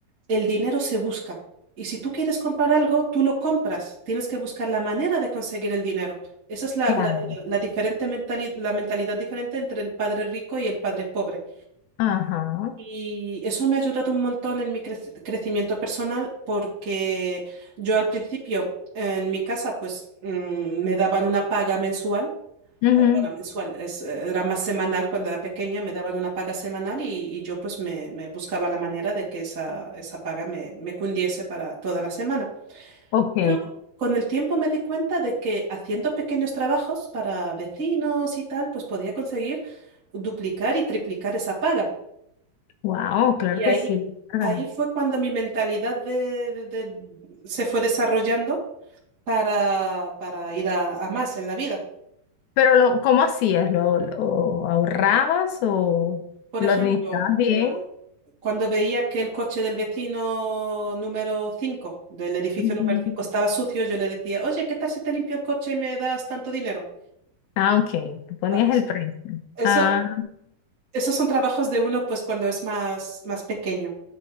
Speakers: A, on the right; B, on the left.
A: el dinero se busca. Y si tú quieres comprar algo, tú lo compras. Tienes que buscar la manera de conseguir el dinero. Esa es la,
B: Claro.
A: la- la- la diferente mentali- la mentalidad diferente entre el padre rico y el padre pobre.
B: Ajá.
A: Y eso me ha ayudado un montón en mi crec- crecimiento personal porque yo al principio en mi casa pues mm, me daban una paga mensual
B: Ujú.
A: eh, bueno, mensual, es, eh, era más semanal cuando era pequeña, me daban una paga semanal y, y yo pues me, me buscaba la manera de que esa, esa paga me, me cundiese para toda la semana.
B: Ok.
A: Pero con el tiempo me di cuenta de que haciendo pequeños trabajos para vecinos y tal, pues podía conseguir duplicar y triplicar esa paga.
B: Wow, claro
A: Y
B: que
A: ahí,
B: sí. ¿verdad?
A: ahí fue cuando mi mentalidad de, de- de- se fue desarrollando para, para ir a, a más en la vida.
B: Pero lo, ¿cómo hacías? ¿Lo, lo ahorrabas o
A: Por
B: lo
A: ejemplo,
B: administrabas bien?
A: eh, Cuando veía que el coche del vecino número 5 del edificio
B: Ujú.
A: número 5 estaba sucio, yo le decía, oye, ¿qué tal si te limpio el coche y me das tanto dinero?
B: Ah, ok. Tú ponías
A: Va, Eso,
B: el precio.
A: eso-
B: Ah,
A: esos son trabajos de uno pues cuando es más, más pequeño.